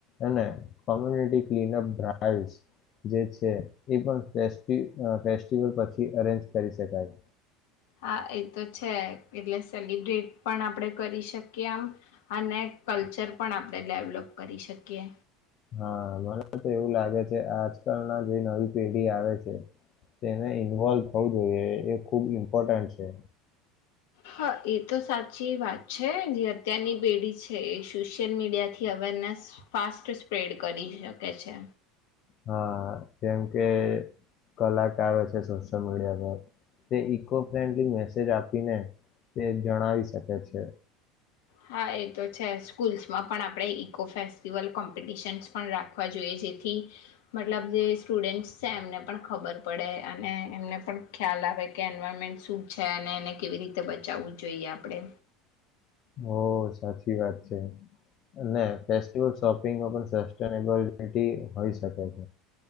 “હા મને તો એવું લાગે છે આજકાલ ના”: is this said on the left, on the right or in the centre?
Left